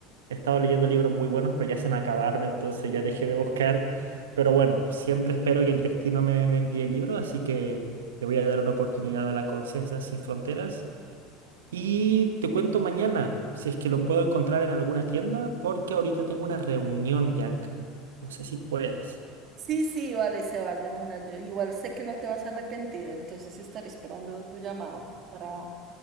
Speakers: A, on the right; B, on the right.
A: he estado leyendo libros muy buenos, pero ya se me acabaron, entonces ya dejé de buscar. Pero bueno, siempre espero que el destino me, me envíe libros, así que le voy a dar una oportunidad a La Conciencia Sin Fronteras. Y te cuento mañana, si es que lo puedo encontrar en alguna tienda, porque ahorita tengo una reunión, Bianca. No sé si puedes.
B: Sí, sí, vale, Sebas, de una. Yo igual sé que no te vas a arrepentir, entonces estaré esperando tu llamado para,